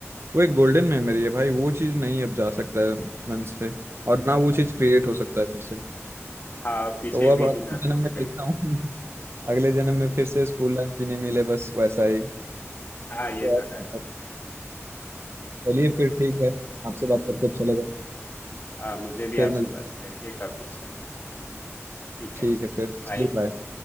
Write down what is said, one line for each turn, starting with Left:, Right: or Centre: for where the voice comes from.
Right: वो एक गोल्डन मेमोरी है भाई वो चीज नहीं अब जा सकता है मन से और ना वो
Left: हाँ
Right: चीज क्रिएट हो सकता है फिर से
Left: हाँ पीछे
Right: तो अब
Left: भी
Right: आपके
Left: नहीं जा सकते
Right: जन्म में देखता
Left: बिल्कुल
Right: हूँ अगले जन्म
Left: हम्म,
Right: में फिर से स्कूल लाइफ जीने मिले बस वैसा ही
Left: हाँ ये
Right: और-
Left: तो है
Right: चलिए फिर ठीक है आपसे बात करके अच्छा लगा
Left: हाँ मुझे भी
Right: फिर
Left: आपसे
Right: मिल
Left: बातें करके काफी अच्छा लगा ठीक
Right: ठीक
Left: है
Right: है फिर चलिए
Left: बाय
Right: बाय